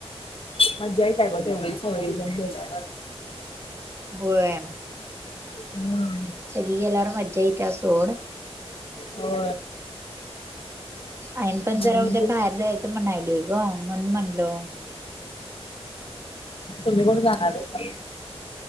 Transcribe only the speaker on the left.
मजा येत्या ग तेवढीच सवजण गेल्यावर
हम्
हो
हम्म.
तुम्ही कोण जाणार आहे